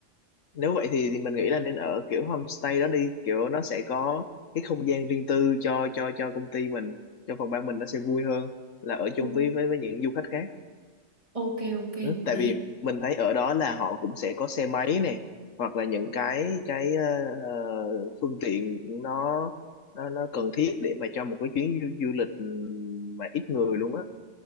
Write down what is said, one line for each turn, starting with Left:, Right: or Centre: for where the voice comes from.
Left: nếu vậy thì, thì mình nghĩ là nên ở kiểu homestay đó đi kiểu nó sẽ có cái không gian riêng tư cho cho cho công ty mình cho phòng ban mình nó sẽ vui hơn là ở chung
Right: O-
Left: với với với những du khách khác
Right: Ok, ok,
Left: ừ.
Right: hợp
Left: tại
Right: lý.
Left: vì mình thấy ở đó là họ cũng sẽ có xe máy này hoặc là những cái cái ờ, ờ, phương tiện nó nó nó cần thiết để mà cho một cái chuyến du, du lịch mà ít người luôn á